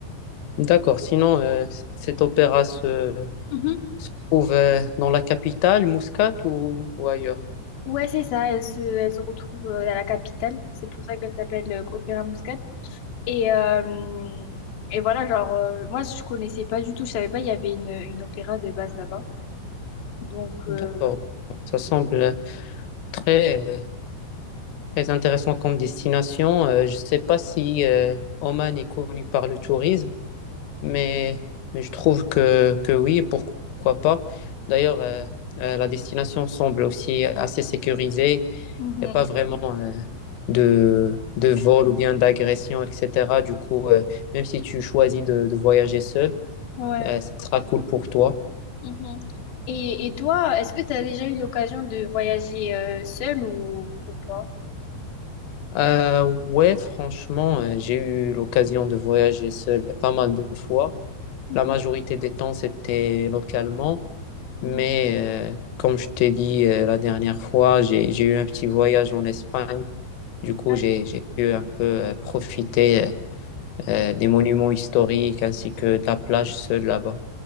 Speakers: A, on the left; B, on the left.
A: D'accord, sinon, euh, c- cet opéra se,
B: Mhm.
A: se trouve euh, dans la capitale, Muscat ou, ou ailleurs?
B: Ouais, c'est ça, elle se, elle se retrouve euh, à la capitale. C'est pour ça qu'elle s'appelle euh, Opéra Muscat. Et, euh, et voilà, genre, euh, moi, je connaissais pas du tout, je savais pas, il y avait une, une opéra de base là-bas. Donc,
A: D'accord,
B: euh,
A: ça semble très, euh, très intéressant comme destination. Euh, je sais pas si euh, Oman est connu par le tourisme. Mais, mais je trouve que, que oui, pourquoi pas. D'ailleurs, euh, euh, la destination semble aussi assez sécurisée.
B: mhm.
A: Il n'y a pas vraiment euh, de, de vol ou bien d'agression, etc. Du coup, euh, même si tu choisis de, de voyager seul,
B: Ouais.
A: euh, ça sera cool pour toi.
B: mhm. Et, et toi, est-ce que tu as déjà eu l'occasion de voyager euh, seule ou, ou pas?
A: Euh, ouais, franchement, euh, j'ai eu l'occasion de voyager seul pas mal de fois.
B: Mhm.
A: La majorité des temps, c'était localement.
B: Oui.
A: Mais euh, comme je t'ai dit euh, la dernière fois, j'ai, j'ai eu un petit voyage en Espagne. Du coup,
B: Ah
A: j'ai, j'ai pu un peu euh, profiter euh, euh,
B: oui.
A: des monuments historiques ainsi que de la plage seule là-bas.